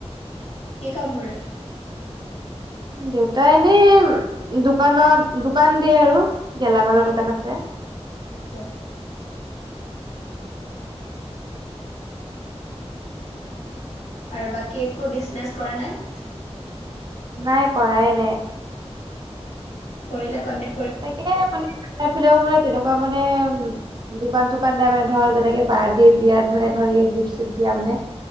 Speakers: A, on the left; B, on the right.
A: অ কি কাম কৰে
B: দে তাই এনেই দোকানত দোকান দিয়ে আৰু গেলামালৰ
A: অ
B: দোকান আছে
A: আচ্ছা আৰু বাকী একো বিজনেছ কৰা নাই
B: নাই কৰাই ন
A: কৰিিললে কন্দে
B: তাকে মানোৰ ফালেও মানে তেনেকুৱা মানে উ দোকান চোকান নাই মানে ধৰ যেনেকে বাৰ্থডে বিয়াত মানে ধৰ গিফ্ট চিফ্ট দা মানে